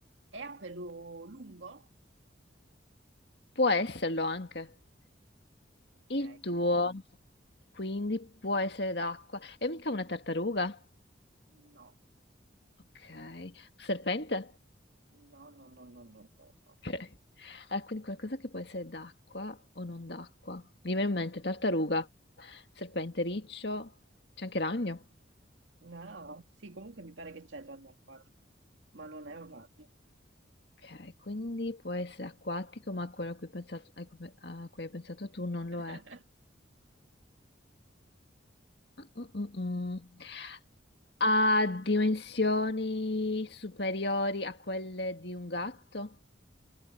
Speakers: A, on the right (about 75°); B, on the left (about 60°).
A: è a pelo lungo?
B: Può esserlo anche.
A: Ok,
B: Il tuo, quindi può essere d'acqua. E mica una tartaruga?
A: no,
B: Ok.
A: no,
B: Serpente?
A: no, no, no, no, no, no, no. no.
B: Ok. Ah, quindi qualcosa che può essere d'acqua o non d'acqua. Mi viene in mente tartaruga, serpente, riccio, c'è anche ragno.
A: No, sì, comunque mi pare che c'è il ragno acquatico, ma non è un ragno.
B: Ok, quindi può essere acquatico, ma quello a cui, pensato- a cui a cui hai pensato tu non lo
A: <laughs>
B: è. Mm, mm, mm. Ha dimensioni superiori a quelle di un gatto?